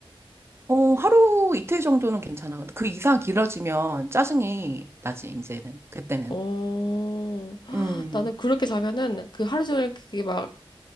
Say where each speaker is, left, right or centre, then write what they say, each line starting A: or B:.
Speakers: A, on the right; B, on the left.
A: 어 하루 이틀 정도는 괜찮아. 근데 그 이상 길어지면 짜증이 나지 이제는 그때는.
B: 어,
A: 음.
B: 나는 그렇게 자면은 그 하루 종일 그게 막